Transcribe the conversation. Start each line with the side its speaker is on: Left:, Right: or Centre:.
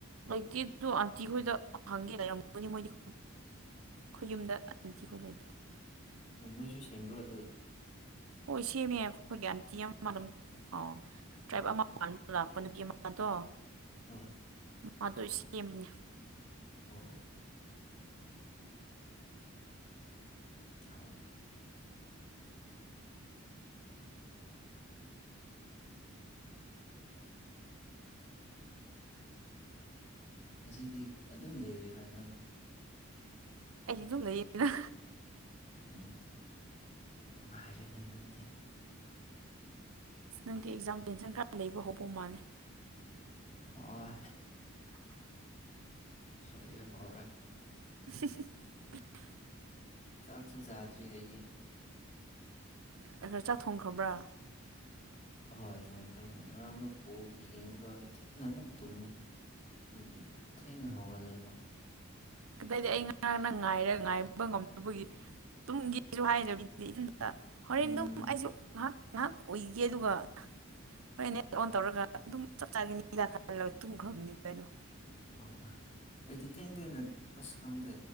Right: ꯂꯩꯇꯦꯗꯣ ꯑꯟꯇꯤ ꯍꯣꯏꯗ ꯍꯪꯒꯦ ꯂꯩꯔꯝꯒꯅꯤ ꯃꯣꯏꯗꯤ ꯈꯨꯌꯨꯝꯗ ꯑꯟꯇꯤꯈꯣꯏ ꯂꯩꯕꯗꯣ
Left: ꯎꯪ ꯅꯣꯏꯁꯨ ꯁꯦꯝꯕꯔꯣ ꯑꯗꯨ
Right: ꯍꯣꯏ ꯁꯦꯝꯃꯦ ꯑꯩꯈꯣꯏꯒꯤ ꯑꯟꯇꯤ ꯑꯃ ꯑꯗꯨꯝ ꯑ ꯇ꯭ꯔꯥꯏꯞ ꯑꯃ ꯂꯥꯛꯄ ꯅꯨꯄꯤ ꯑꯃ ꯑꯗꯣ
Left: ꯑ
Right: ꯃꯗꯨ ꯁꯦꯝꯅꯤ
Left: ꯑꯣ ꯊ ꯉꯁꯤꯗꯤ ꯑꯗꯨꯝ ꯂꯩꯔꯦꯔꯥ ꯅꯪ
Right: ꯑꯩꯗꯤ ꯑꯗꯨꯨꯝ ꯂꯩ ꯌꯦꯅꯤꯅ
Left: ꯎꯝ ꯅꯨꯡꯉꯥꯏꯔꯦꯅꯦ ꯅꯣꯏꯗꯤ
Right: ꯅꯪꯗꯤ ꯑꯦꯛꯖꯥꯝ ꯇꯦꯟꯁꯟ ꯈꯔ ꯂꯩꯕ ꯍꯧꯕ ꯃꯥꯜꯂꯦ
Left: ꯍꯣꯏ ꯂꯩꯕ ꯍꯧꯔꯦ
Right: <inaudible>
Left: ꯆꯥꯛꯁꯨ ꯆꯥꯗꯔꯤ ꯑꯩꯒꯤ
Right: ꯈꯔ ꯆꯥꯛ ꯊꯣꯡꯈ꯭ꯔꯕ꯭ꯔꯥ
Left: ꯍꯣꯏ ꯊꯣꯡꯈ꯭ꯔꯦ ꯉꯔꯥꯡꯗ ꯕꯣꯜ ꯌꯦꯡꯉꯒ ꯊꯦꯡꯅ ꯑꯃꯨꯛ ꯇꯨꯝꯃꯦ ꯑꯗꯨꯒꯤ ꯊꯦꯡꯅ ꯍꯧꯒꯠꯂꯦꯕ
Right: ꯀꯗꯥꯏꯗꯩ ꯑꯩ ꯉꯔꯥꯡꯅ ꯉꯥꯏꯔꯒ ꯉꯥꯏꯕ ꯉꯝꯗꯕꯒꯤ ꯇꯨꯝꯒꯦꯁꯨ ꯍꯥꯏꯗꯕꯤ ꯍꯣꯔꯦꯟ
Left: ꯎꯝ
Right: ꯑꯗꯨꯝ ꯑꯩꯁꯨ ꯉꯥꯏꯍꯥꯛ ꯉꯥꯏꯍꯥꯛ ꯎꯏꯒꯦ ꯑꯗꯨꯒ ꯍꯣꯔꯦꯟ ꯅꯦꯠ ꯑꯣꯟ ꯇꯧꯔꯒ ꯑꯗꯨꯝ ꯆꯞ ꯆꯥꯈꯤꯅꯤꯗ ꯈꯔ ꯇꯨꯝꯈ꯭ꯔꯕꯅꯤ ꯑꯗꯨ ꯀꯩꯅꯣ
Left: ꯑ ꯑꯩꯗꯤ ꯊꯦꯡꯅ ꯊꯦꯡꯅ ꯑꯁ ꯈꯪꯗꯦ